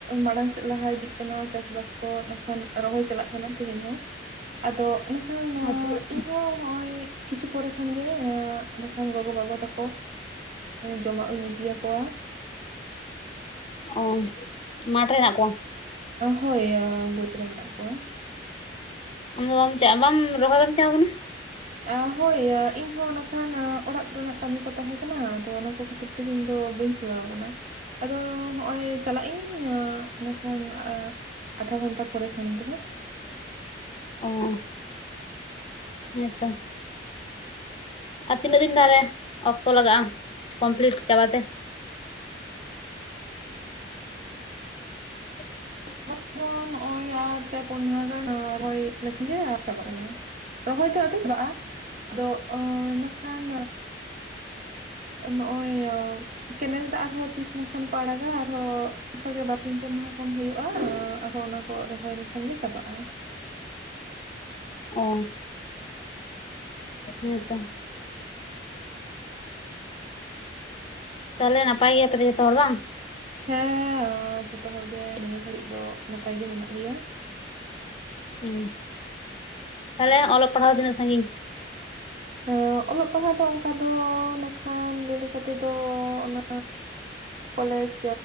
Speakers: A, on the right; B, on the left.
A: ᱢᱟᱲᱟᱝ ᱥᱮᱫ ᱞᱟᱦᱟ ᱤᱫᱤᱜ ᱠᱟᱱᱟ ᱪᱟᱥ ᱵᱟᱥ ᱠᱚ ᱱᱟᱠᱷᱟᱱ ᱨᱚᱦᱚᱭ ᱪᱟᱞᱟᱜ ᱠᱟᱱᱟ ᱛᱮᱦᱮᱧ ᱦᱚᱸ᱾ ᱟᱫᱚ ᱤᱱᱟᱠᱷᱟᱱ <inaudible>
B: ᱛᱤᱱᱟᱹᱜ
A: ᱤᱧᱦᱚ ᱦᱚᱜᱼᱚᱭ᱾ ᱠᱤᱪᱷᱩ ᱯᱚᱨᱮ ᱠᱷᱟᱱ ᱜᱮ ᱮᱸᱰᱮᱠᱷᱟᱱ ᱜᱚᱜᱚ ᱵᱟᱵᱟ ᱛᱟᱠᱚ ᱡᱚᱢᱟᱜ ᱤᱧ ᱤᱫᱤ ᱟᱠᱚᱣᱟ᱾
B: ᱚ ᱢᱟᱴᱷ ᱨᱮ ᱢᱮᱱᱟᱜ ᱠᱚᱣᱟ᱾
A: ᱦᱳᱭ ᱟᱸ ᱵᱟᱹᱫᱽ ᱨᱮ ᱢᱮᱱᱟᱜ ᱠᱚᱣᱟ᱾
B: ᱟᱢ ᱫᱚ ᱵᱟᱢ ᱪᱟᱜ-ᱟ, ᱵᱟᱢ ᱨᱚᱦᱚᱭ ᱵᱟᱢ ᱪᱟᱣ ᱠᱟᱱᱟ᱾
A: ᱟ ᱦᱳᱭ ᱤᱧ ᱦᱚᱸ ᱱᱟᱜ ᱠᱷᱟᱱ ᱚᱲᱟᱜ ᱠᱚ ᱨᱮᱱᱟᱜ ᱠᱟᱹᱢᱤ ᱠᱚ ᱛᱟᱦᱮᱸ ᱠᱟᱱᱟ ᱟᱫᱚ ᱚᱱᱟ ᱠᱚ ᱠᱷᱟᱹᱛᱤᱨ ᱤᱧ ᱫᱚ ᱵᱟᱹᱧ ᱪᱟᱞᱟᱣ ᱟᱠᱟᱱᱟ᱾ ᱟᱫᱚ ᱦᱚᱸᱜᱼᱚᱭ ᱪᱟᱞᱟᱜ ᱤᱧ ᱤᱱᱟᱹᱠᱷᱟᱱ ᱟᱨ ᱟᱫᱷᱟ ᱜᱷᱚᱱᱴᱟ ᱯᱚᱨᱮ ᱠᱷᱟᱱ ᱫᱚ ᱦᱟᱸᱜ᱾
B: ᱚ ᱦᱮᱸ ᱛᱚ ᱟᱨ ᱛᱤᱱᱟᱹᱜ ᱫᱤᱱ ᱛᱟᱦᱞᱮ ᱚᱠᱛᱚ ᱞᱟᱜᱟᱜᱼᱟ ᱠᱚᱢᱯᱞᱤᱴ ᱪᱟᱵᱟ ᱛᱮ <inaudible>
A: ᱪᱟᱵᱟ ᱫᱚ ᱱᱚᱜᱼᱚᱭ ᱟᱨ ᱯᱮ ᱯᱩᱱ ᱢᱟᱦᱟ ᱜᱟᱱ ᱨᱚᱦᱚᱭ ᱞᱮᱠᱷᱟᱱ ᱜᱮ ᱟ ᱪᱟᱵᱟᱜ ᱠᱟᱱᱟ ᱨᱚᱦᱚᱭ ᱫᱚ ᱟᱫᱚ ᱪᱟᱵᱟᱜᱼᱟ ᱟᱫᱚ ᱱᱟ ᱠᱷᱟᱱ ᱱᱚᱜᱼᱚᱭ ᱠᱮᱱᱮᱞ ᱫᱟᱜ ᱟᱨ ᱦᱚᱸ ᱛᱤᱥ ᱱᱟᱜ ᱠᱷᱟᱱ ᱠᱚ ᱟᱲᱟᱜᱟ ᱟᱨ ᱦᱚᱸ ᱚᱝᱠᱟ ᱜᱮ ᱵᱟᱨᱥᱤᱧ ᱯᱮ ᱢᱟᱦᱟ ᱜᱟᱱ ᱦᱩᱭᱩᱜᱼᱟ ᱟᱨ ᱦᱚᱸ ᱚᱱᱟ ᱠᱚᱜ ᱨᱚᱦᱚᱭ ᱞᱮᱠᱷᱟᱱ ᱜᱮ ᱪᱟᱵᱟᱜᱼᱟ
B: ᱚ ᱦᱮᱸ ᱛᱚ ᱛᱟᱦᱞᱮ ᱱᱟᱯᱟᱭ ᱜᱮᱭᱟ ᱯᱮ ᱛᱚ ᱡᱷᱚᱛᱚ ᱦᱚᱲ ᱵᱟᱝ
A: ᱦᱮᱸ ᱮ ᱡᱷᱚᱛᱚ ᱦᱚᱲ ᱜᱮ ᱱᱤᱭᱟᱹ ᱜᱷᱟᱹᱲᱤᱡ ᱫᱚ ᱱᱟᱯᱟᱭ ᱜᱮ ᱢᱮᱱᱟᱜ ᱞᱮᱭᱟ
B: ᱩᱸ ᱛᱟᱦᱞᱮ ᱚᱞᱚᱜ ᱯᱟᱲᱦᱟᱣ ᱛᱤᱱᱟᱹᱜ ᱥᱟᱺᱜᱤᱧ
A: ᱚ ᱚᱞᱚᱜ ᱯᱟᱲᱦᱟ ᱫᱚ ᱚᱝᱠᱟ ᱫᱚ ᱱᱟᱜ ᱠᱷᱟᱱ ᱞᱟᱹᱭ ᱞᱮᱠᱟ ᱛᱮ ᱫᱚ ᱚᱱᱟ ᱠᱚᱞᱮᱡᱽ